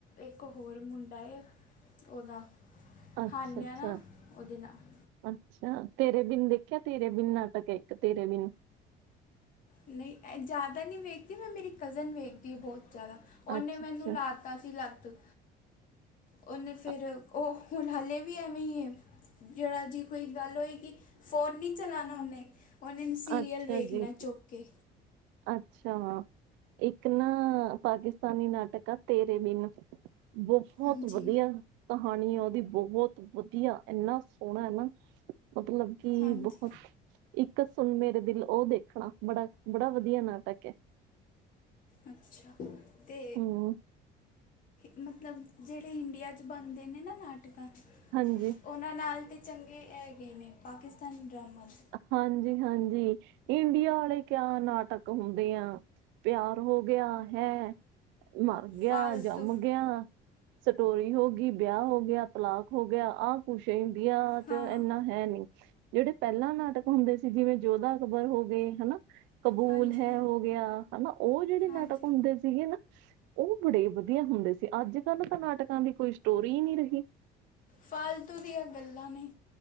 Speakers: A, on the left; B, on the right.
A: ਇੱਕ ਹੋਰ ਮੁੰਡਾ ਏ, ਉਹਦਾ
B: ਅੱਛਾ
A: ਹਾਨਿਆ
B: ਅੱਛਾ-
A: ਨਾ ਉਹਦੇ ਨਾਲ
B: ਅੱਛਾ ਤੇਰੇ ਬਿਨ ਦੇਖਿਆ ਤੇਰੇ ਬਿਨ ਨਾਟਕ ਏ ਇੱਕ ਤੇਰੇ ਬਿਨ
A: ਨਈ ਜਾਦਾ ਨਈ ਵੇਖਦੀ ਮੈਂ ਮੇਰੀ ਕਜ਼ਨ ਵੇਖਦੀ ਏ ਬਹੁਤ ਜਾਦਾ, ਉਹਨੇ
B: ਅੱਛਾ,
A: ਮੈਨੂੰ
B: ਅੱਛਾ,
A: ਲਾ ਤਾ ਸੀ ਲੱਤ, ਉਹਨੇ ਫੇਰ
B: ਅ-
A: ਉਹ ਹੁਣ ਹਾਲੇ ਵੀ ਐਵੇਂ ਈ ਏ। ਜਰਾ ਜੀ ਕੋਈ ਗੱਲ ਹੋਏਗੀ, ਫੋਨ ਨੀ ਚਲਾਣਾ ਉਹਨੇ ਉਹਨੇ ਸੀਰੀਅਲ
B: ਅੱਛਾ
A: ਵੇਖਣੈ
B: ਜੀ,
A: ਚੁੱਕ ਕੇ
B: ਅੱਛਾ! ਇੱਕ ਨਾ ਪਾਕਿਸਤਾਨੀ ਨਾਟਕ ਆ ਤੇਰੇ ਬਿਨ ਬਹੁਤ
A: ਹਾਂਜੀ
B: ਵਧੀਆ। ਕਹਾਣੀ ਆ ਉਹਦੀ ਬਹੁਤ ਵਧੀਆ ਇੰਨਾ ਸੋਹਣਾ ਐਨਾ ਮਤਲਬ ਕੀ
A: ਹਾਂਜੀ
B: ਬਹੁਤ ਇੱਕ ਸੁਣ ਮੇਰੇ ਦਿਲ ਉਹ ਦੇਖਣਾ ਬੜਾ, ਬੜਾ ਵਧੀਆ ਨਾਟਕ ਐ।
A: ਅੱਛਾ ਤੇ
B: ਹੂੰ,
A: ਮਤਲਬ ਜਿਹੜੇ ਇੰਡੀਆ 'ਚ ਬਣਦੇ ਨੇ ਨਾ ਨਾਟਕਾਂ ਚ
B: ਹਾਂਜੀ
A: ਉਹਨਾਂ ਨਾਲ ਤੇ ਚੰਗੇ ਐ ਹੈਗੇ ਨੇ ਪਾਕਿਸਤਾਨੀ ਡਰਾਮਾਜ਼
B: ਹਾਂਜੀ- ਹਾਂਜੀ ਇੰਡੀਆ ਵਾਲੇ ਕਿਆ ਨਾਟਕ ਹੁੰਦੇ ਆ। ਪਿਆਰ ਹੋ ਗਿਆ ਹੈ, ਮਰ ਗਿਆ,
A: ਫਾਲਤੂ
B: ਜੰਮ ਗਿਆ। ਸਟੋਰੀ ਹੋ ਗਈ, ਵਿਆਹ ਹੋ ਗਿਆ, ਤਲਾਕ ਹੋ ਗਿਆ ਆ। ਕੁਛ ਇੰਡੀਆ
A: ਹਾਂ
B: 'ਚ ਇੰਨਾ ਹੈ ਨੀ ਜਿਹੜੇ ਪੈਲਾਂ ਨਾਟਕ ਹੁੰਦੇ ਸੀ ਜਿਵੇਂ ਜੋੋਧਾ ਅਕਬਰ ਹੋ ਗਏ ਹਨਾ ਕਬੂਲ
A: ਹਾਂਜੀ
B: ਹੈ ਹੋ ਗਿਆ ਹਨਾ ਉਹ ਜਿਹੜੇ ਨਾਟਕ
A: ਹਾਂਜੀ
B: ਹੁੰਦੇ ਸੀਗੇ ਨਾ ਉਹ ਬੜੇ ਵਧੀਆ ਹੁੰਦੇ ਸੀ, ਅੱਜ ਕੱਲ ਤਾਂ ਨਾਟਕਾਂ ਦੀ ਕੋਈ ਸਟੋਰੀ ਈ ਨੀ ਰਹੀ।
A: ਫਾਲਤੂ ਦੀਆਂ ਗੱਲਾਂ ਨੇ